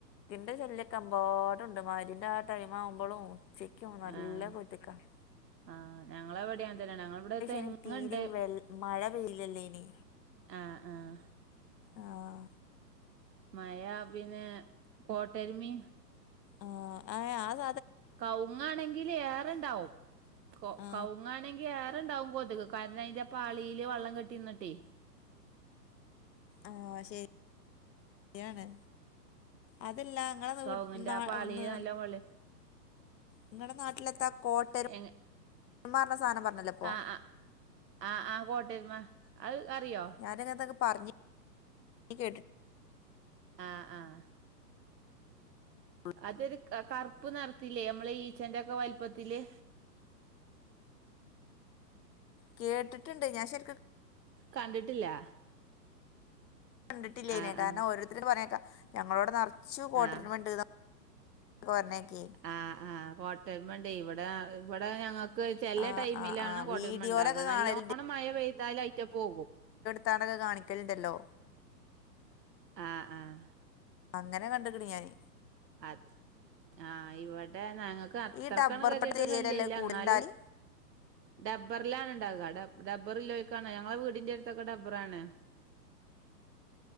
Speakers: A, on the left; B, on the right.
A: ന്റെ ശല്യ ഒക്കെ അമ്പാടുണ്ട് മഗരിബിന്റെ ആ ടൈം ആവുമ്പോളും ഉച്ചക്കും നല്ല
B: ആഹ്
A: കൊതുകാണ്
B: ആഹ് ഞങ്ങളെ ഇവിടെ അങ്ങനെ തന്നെയാണ് ഞങ്ങളെ ഇവിടെ തെങ്ങുണ്ട്
A: ഇനി തീരെയും വെൽ മഴ പെയ്യില്ലല്ലേ ഇനി
B: ആഹ് ആഹ്.
A: ആഹ്.
B: മഴ പിന്നെ കോട്ടരുമി
A: ആഹ് അയ ആദ്
B: കവുങ്ങ് ആണെങ്കിൽ ഏറെണ്ടാവും
A: ആ
B: കവുങ്ങ് ആണെ ഏറണ്ടാവും കൊതുക് കാരണം അതിന്റെ പാളിയില് വള്ളം കെട്ടി നിന്നിട്ടേ.
A: ആഹ് ശരിയാണ്. അതല്ല നിങ്ങളെ
B: കവുങ്ങിന്റെ
A: വീട്ട് നാ
B: ആ പാളിയില്
A: ന്
B: നല്ലോം വെള്ളം
A: നിങ്ങളടെ നാട്ടിലെന്താ കോട്ടരുമി
B: എങ്ങ
A: എന്ന് പറഞ്ഞ സാധനം പറഞ്ഞല്ലോ ഇപ്പൊ?
B: ആഹ് ആഹ് ആഹ് ആഹ് കൊട്ടരുമ അത് അറിയോ?
A: ഞാനങ്ങന്തൊക്കെ പറഞ്ഞ് കേട്ടി
B: ആഹ് ആഹ്.
A: ഉള്ളൂ
B: അതൊരു കറുപ്പ് നിറത്തില്ലേ നമ്മള് ഈച്ചന്റെ ഒക്കെ വലിപ്പത്തില്
A: കേട്ടിട്ടുണ്ട് ഞാൻ ശരിക്കു
B: കണ്ടിട്ടില്ല.
A: കണ്ടിട്ടില്ലേ
B: ആഹ്
A: ഇനെ കാരണം
B: ആഹ്
A: ഓരോരുത്തരുടെ പറയണക്കാം ഞങ്ങളവിടെ നിറച്ച് കൊട്ടരുമ
B: ആഹ്
A: ഉണ്ട് കൊറഞ്ഞേക്കി
B: ആഹ് ആഹ് കോട്ടരുമണ്ടേ ഇവടെ ഇവടെ ഞങ്ങ ക്ക് ചെല
A: ആ
B: ടൈമിലാണ്
A: ആ ആ
B: കോട്ടരുമ
A: വീഡിയോയിലൊക്കെ
B: ഇണ്ടാക നല്ലോണം
A: കാണലുണ്ട്
B: മഴ പെയ്താലയ്റ്റ പോകും
A: തണ്ക കാണിക്കലുണ്ടല്ലോ
B: ആഹ് ആഹ്
A: അങ്ങനെ കണ്ട്ക്കണ് ഞാന്
B: അത ആഹ് ഇവിടെ ഞങ്ങക്ക് അത്രക്കണ്
A: ഈ ഡബ്ബർ
B: ഗതികെട്ട
A: തോട്ട ഏരിയയിലല്ലേ
B: ശല്യം ഇല്ല
A: കൂടുതലുണ്ടാല്
B: ന്നാലും ഡബ്ബറിലാണ് ഇണ്ടാക ഡബ്ബറിലോർക്കാണ് ഞങ്ങളെ വീടിന്റെടുത്തൊക്കെഡബ്ബറാണ്